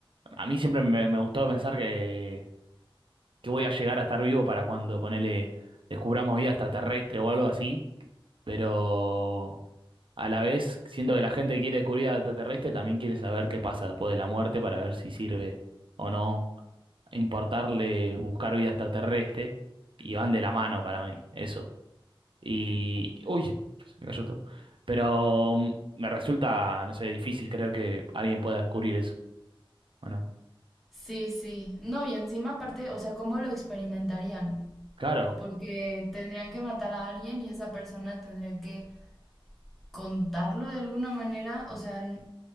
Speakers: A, on the right; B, in the centre.
A: a mí siempre me, me gustó pensar que, que voy a llegar a estar vivo para cuando ponele, descubramos vida extraterrestre o algo así pero a la vez siento que la gente que quiere descubrir al extraterrestre también quiere saber qué pasa después de la muerte para ver si sirve o no importarle buscar vida extraterrestre y van de la mano para mí, eso. Y, uy, se me cayó todo. Pero mm, me resulta, no sé, difícil creer que alguien pueda descubrir eso, ¿o no?
B: Sí, sí. No, y encima aparte, o sea, ¿cómo lo experimentarían?
A: Claro,
B: Porque tendrían que matar a alguien y esa persona tendría que contarlo de alguna manera. O sea, n-